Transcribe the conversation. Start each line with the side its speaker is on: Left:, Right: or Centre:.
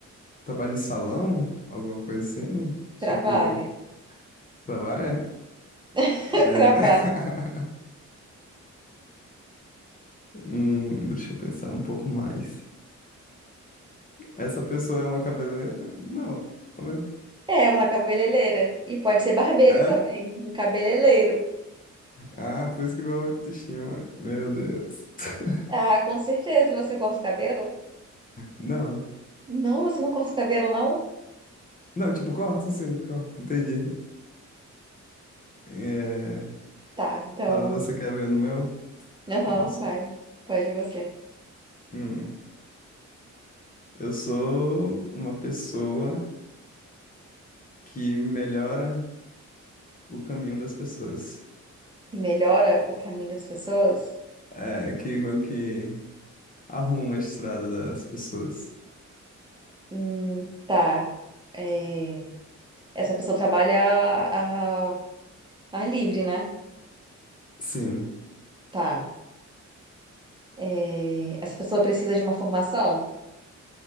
Left: Trabalha em salão? Alguma coisa assim?
Right: Trabalha.
Left: Tipo, trabalha?
Right: <laughs>
Left: É...
Right: Trabalha.
Left: <laughs> Hum, deixa eu pensar um pouco mais. Essa pessoa é uma cabeleireira? Não, né?
Right: É uma cabeleireira. E pode ser barbeiro
Left: É?
Right: também. Um cabeleireiro.
Left: Ah, por isso que meu autoestima. Meu Deus. <laughs>
Right: Ah, com certeza você corta o cabelo?
Left: Não.
Right: Não, você não corta o cabelo, não?
Left: Não, tipo, corta sim, corta. Entendi. É...
Right: Tá, então.
Left: Ah, você quer ver no meu?
Right: Aham,
Left: Que eu não sou.
Right: vai. Pode você.
Left: Hum, Eu sou uma pessoa que melhora o caminho das pessoas.
Right: que melhora o caminho das pessoas?
Left: É, que meio que arruma a estrada das pessoas.
Right: Hum, tá. É, essa pessoa trabalha a, a- ar livre, né?
Left: Sim.
Right: Tá. É, essa pessoa precisa de uma formação?